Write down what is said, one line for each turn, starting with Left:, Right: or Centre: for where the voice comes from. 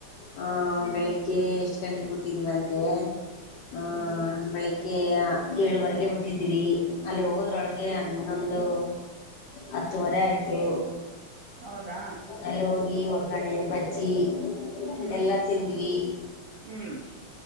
Left: ಹ್ಮ
Right: ಹ್ಮ್
Left: ಬೆಳಿಗ್ಗೆ ಎಷ್ಟ ಗಂಟಗ್ ಬಿಟ್ಟಿದ್ದೀ ಬಂದ್ರೆ ಹ್ಮ
Right: ಹ್ಮ್
Left: ಬೆಳಿಗ್ಗೆ ಏಳುವರೆಗೆ ಬಿಟ್ಟಿದೀವಿ ಅಲ್ಲಿ ಹೋಗೋದ್ರೊಳಗೆ ಹಾಗೆ ಹನ್ನೊಂದು ಹತ್ತುವರೆ ಆಯ್ತು.
Right: ಹೌದಾ
Left: ಅಲ್ಲಿ ಹೋಗಿ ಒಗ್ಗರಣೆ ಬಜ್ಜಿ
Right: ಹ್ಮ್
Left: ಎಲ್ಲ ತಿಂದ್ವಿ.
Right: ಹ್ಮ್